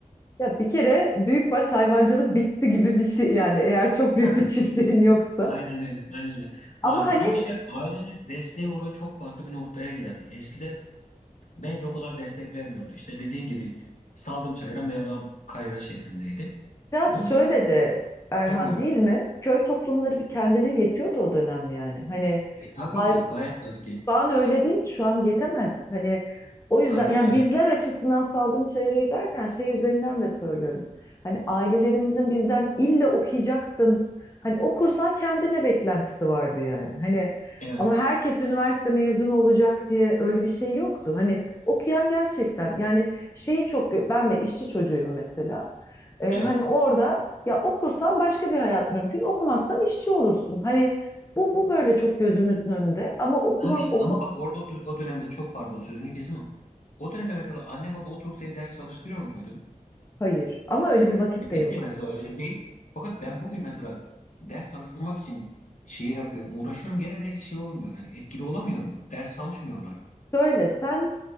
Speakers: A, on the left (about 20°); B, on the left (about 65°).
A: Ya bir kere büyükbaş hayvancılık bitti gibi bir şey yani eğer çok büyük
B: Tabii.
A: bir <laughs> çiftliğin yoksa.
B: Aynen öyle, aynen öyle.
A: Ama
B: Maalesef.
A: hani
B: Ama işte ailenin desteği orada çok farklı bir noktaya geldi. Eskiden bence o kadar destek vermiyordu. İşte dediğin gibi saldım çayıra Mevlam kayıra şeklindeydi.
A: biraz
B: Bugün
A: şöyle de Erhan
B: ya buyur.
A: değil mi? Köy toplumları bir kendine yetiyordu o dönem yani. Hani
B: E tabii
A: hay
B: ki, gayet tabii ki.
A: Şu an öyle değil. Şu an yetemez. Hani o yüzden
B: Aynen
A: yani
B: öyle.
A: bizler açısından saldım çayırı derken şey üzerinden de söylüyorum. Hani ailelerimizin bizden illa okuyacaksın. Hani okursan kendine beklentisi vardı yani. Hani
B: Evet,
A: ama herkes üniversite mezunu olacak diye öyle bir şey yoktu. Hani okuyan gerçekten yani şeyi çok ben de işçi çocuğuyum mesela. Ee,
B: evet.
A: hani orada ya okursan başka bir hayat mümkün, okumazsan işçi olursun. Hani bu, bu böyle çok gözümüzün önünde ama okumam,
B: Ha işte
A: oku
B: ama bak orada o dö- o dönemde çok pardon sözünü kesim ama o dönemde mesela anne baba oturup seni ders çalıştırıyor muydu?
A: Hayır ama öyle bir vakit
B: Beni
A: de yoktu.
B: de mesela öyle değil. Fakat ben bugün mesela ders çalıştırmak için şeyi yapıyorum, uğraşıyorum gene de şey olmuyor. Yani etkili olamıyorum. Ders çalışmıyorlar.
A: Şöyle sen